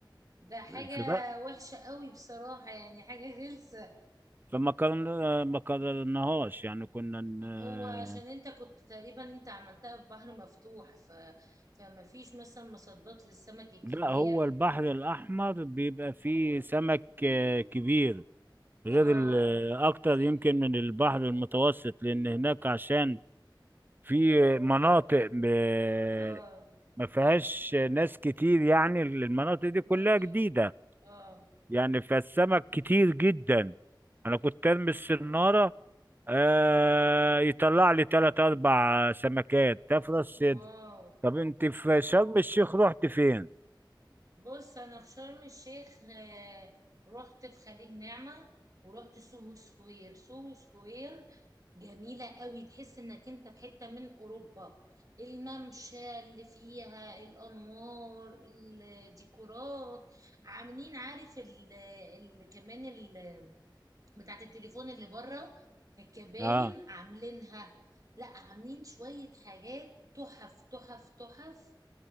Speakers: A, on the right (about 45°); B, on the right (about 25°).
A: ده حاجة
B: فده-
A: وحشة قوي بصراحة يعني حاجة غلسة
B: فما كان ما قررناهاش يعني كنا ن-
A: هو عشان انت كنت تقريبا انت عملتها في بحر مفتوح ف... فما فيش مثلا مصدات للسمك الكبير
B: لا هو البحر الأحمر بيبقى فيه سمك آه، كبير غير
A: اه
B: ال- اكتر
A: لا
B: يمكن من البحر المتوسط لان هناك عشان في مناطق ب-
A: اه
B: ما فيهاش ناس كتير يعني المناطق دي كلها
A: ما ت-
B: جديدة
A: اه
B: يعني فالسمك كتير جدا انا كنت ارمي السنارة آه يطلع لي تلات اربع سمكات تفرس صدر
A: واو
B: طب انت في شرم الشيخ رحت فين
A: بص انا في شرم الشيخ آه، رحت في خليج نعمة ورحت سوهو سكوير سوهو سكوير جميلة قوي تحس انك انت في حتة من اوروبا الممشى اللي فيها الانوار الديكورات عاملين عارف ال ال كمان ال بتاعت التليفون اللي بره الكباين
B: اه
A: عاملينها لا عاملين شوية حاجات تحف تحف تحف